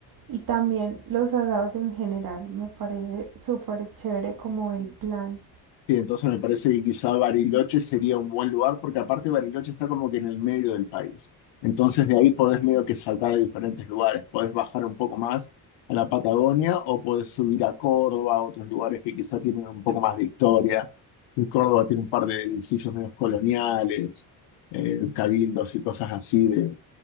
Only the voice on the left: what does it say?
Sí, entonces me parece que quizá Bariloche sería un buen lugar, porque aparte Bariloche está como que en el medio del país. Entonces de ahí podés medio que saltar a diferentes lugares. Podés bajar un poco más a la Patagonia o podés subir a Córdoba, a otros lugares que quizá tienen un poco más de historia. En Córdoba tiene un par de edificios medio coloniales, eh, cabildos y cosas así, de,